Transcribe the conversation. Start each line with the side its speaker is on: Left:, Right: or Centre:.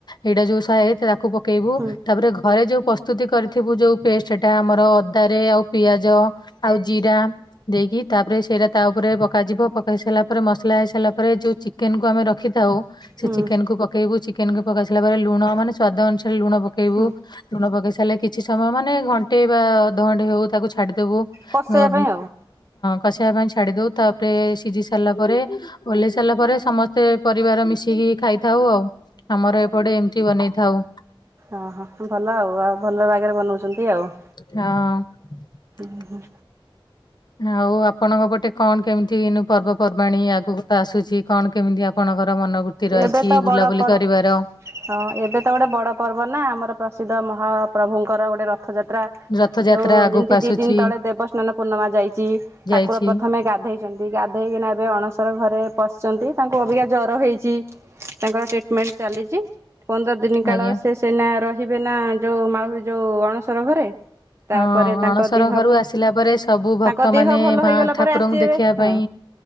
Left: ଏଇଟା ଯୋଉ ସାଏ ତାକୁ ପ ପକେଇବୁ
Right: ହୁଁ
Left: ତାପରେ ଘରେ ଯେଉ ପ୍ରସ୍ତୁତି କରିଥିବୁ ଯେଉ ପେଷ୍ଟ ସେଟା ଆମର ଅଦାରେ ଆଉ ପିଆଜ ଆଉ ଜିରା ଦେଇକି ତାପରେ ସେଇଟା ତା ଉପରେ ପକାଯିବ, ପକେଇ ସାରିଲା ପରେ ମସଲା ହେଇ ସାରିଲା ପରେ ଯୋଉ ଚିକେନକୁ ଆମେ ରଖିଥାଉ ସେ
Right: ହୁଁ
Left: ଚିକେନକୁୁ ପକେଇବୁ ଚିକେନକୁ ପକେଇ ସାଇଲା ପରେ ଲୁଣ ମାନେ ସ୍ୱାଦ ଅନୁସାରେ ଲୁଣ ପକେଇବୁ
Right: ହୁଁ
Left: ଲୁଣ ପକେଇ ସାଇଲେ କିଛି ସମୟ ମାନେ ଘଣ୍ଟେ ବା ଅଧଘଣ୍ଟେ ହଉ ତାକୁ ଛାଡିଦବୁ। ହଁ,
Right: କଷେଇବା ପାଇଁ ଆଉ
Left: କସି ବା ପାଇଁ ଛାଡ଼ି ଦେଉ ତା ଟିକେ ସିଝି ସାରିଲା ପରେ ଓହ୍ଲେଇ ସାରିଲା ପରେ ସମସ୍ତେ ପରିବାର ମିଶିକି ଖାଇଥାଉ ଆଉ। ଆମର ଏପଟେ ଏମିତି ବନେଇଥାଉ।
Right: ଓହୋ! ଭଲ ଆଉ ଆଉ ଭଲ ଆଗରେ ବନଉଛନ୍ତି ଆଉ।
Left: ହଁ,
Right: ହୁଁ, ହୁଁ
Left: ଆଉ ଆପଣଙ୍କ ପଟେ କଣ କେମିତି ପର୍ବପର୍ବାଣିୀ ଆଗକୁ ତ ଆସୁଛି କଣ କେମିତି ଆପଣ ଙ୍କର ମନୋବୃତ୍ତି ରହିଛି
Right: ଏବେ ତ
Left: ବୁଲାବୁଲି
Right: ବଡ଼ ପର୍ବ
Left: କରିବାର
Right: ହଁ, ଏବେ ତ ଗୋଟେ ବଡ ପର୍ବ ନା ଆମର ପ୍ରସିଦ୍ଧ ମହାପ୍ରଭୁଙ୍କର ଗୋଟେ ର ରଥଯାତ୍ରା
Left: ରଥଯାତ୍ରା
Right: ଯୋଉ
Left: ଆଗକୁ
Right: ଯେମିତି
Left: ଆସୁଛି
Right: ଦି ଦିନ ତଳେ ଦେବସ୍ନାନ ପୂର୍ଣ୍ଣମା ଯାଇଛି
Left: ଯାଇଛି
Right: ଠାକୁର ପ୍ରଥମେ ଗା ଗାଧେଇଛନ୍ତି ଗାଧେଇକିନା ଏବେ ଅଣସର ପଶିଛନ୍ତି ତାଙ୍କୁ ଅଭିକା ଜର ହେଇଛି ତାଙ୍କର ଟ୍ରିଟମେଣ୍ଟ ଚାଲିଛି। ପନ୍ଦର ଦିନି କାଳ
Left: ଆଜ୍ଞା
Right: ସେ ସେନା ରହିବେ ନା ଯୋଉ ମାଉ ଯୋଉ ଅଣସର ଘରେ। ତାପରେ
Left: ହଁ
Right: ତାଙ୍କ
Left: ଅଣସର
Right: ଦେହ
Left: ଘରୁ
Right: ଭଲ
Left: ଆସିଲା ପରେ ସବୁ ଭକ୍ତ
Right: ତାଙ୍କ ଦେହ
Left: ମାନେ
Right: ଭଲ
Left: ମା
Right: ହେଇଗଲା
Left: ଠାକୁରଙ୍କୁ
Right: ପରେ ଆସିବେ
Left: ଦେଖିବା
Right: । ହଁ,
Left: ପାଇଁ